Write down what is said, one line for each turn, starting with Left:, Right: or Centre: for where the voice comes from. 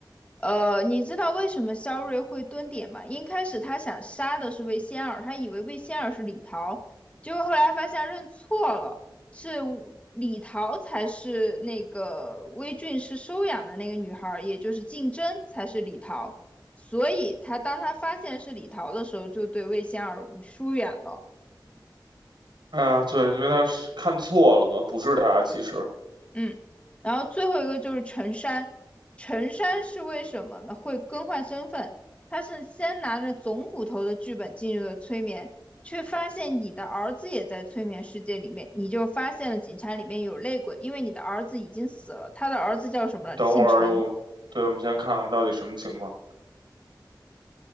Left: 呃，你知道为什么肖瑞会蹲点吗？一开始他想杀的是魏仙儿，他以为魏仙儿是李桃，结果后来发现认错了，是吴李桃才是那个魏俊是收养的那个女孩儿，也就是竞争才是李桃。所以他当他发现是李桃的时候，就对魏仙儿疏远了。
Right: 啊，对，因为他是看错了吧？不是他。其实，
Left: 嗯，然后最后一个就是陈山，陈山是为什么呢？会更换身份，他是先拿着总捕头的剧本进入了催眠，却发现你的儿子也在催眠世界里面，你就发现了警察里面有内鬼，因为你的儿子已经死了，他的儿子叫什么了？
Right: 等会儿我，
Left: 姓陈，
Right: 对，我们先看看到底什么情况。